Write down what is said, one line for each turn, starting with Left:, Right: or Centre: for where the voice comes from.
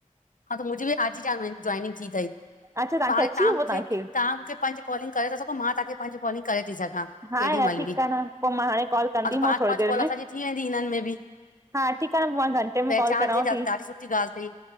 Left: हा त मुंहिंजी भी आज ज जॉइनिंग थी थई
Right: अच्छा तव्हांखे
Left: पर हाणे
Right: अची
Left: तां
Right: वियो
Left: मूंखे
Right: पोइ तव्हांखे
Left: तां मूंखे पंज कॉलिंग करे था सघो, मां तांखे पंज कॉलिंग करे थी सघां
Right: हा
Left: एॾी
Right: यार
Left: मेल
Right: ठीकु
Left: भी?
Right: आहे न पोइ मां हाणे कॉल कंदीमांव
Left: हा त पांच
Right: थोरी
Left: पांच
Right: देरि
Left: कॉल
Right: में
Left: असांजी थी वेंदी हिनन में भी।
Right: हा ठीकु आहे न पोइ मां घंटे में
Left: पहचान
Right: कॉल कयांव
Left: थी त ॾाडी सुठी ॻाल थई।